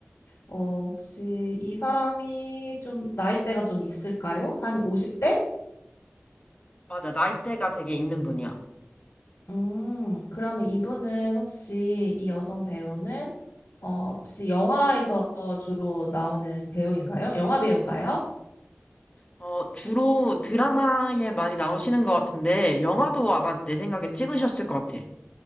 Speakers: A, on the left; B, on the left.
A: 어, 혹시 이 사람이 좀 나이대가 좀 있을까요? 한 50대?
B: 맞아, 나이대가 되게 있는 분이야.
A: 음, 그러면 이분은 혹시 이 여성 배우는, 어, 혹시 영화에서 주로 나오는 배우인가요? 영화 배우인가요?
B: 어, 주로 드라마에 많이 나오시는 것 같은데, 영화도 아마 내 생각엔 찍으셨을 것 같아.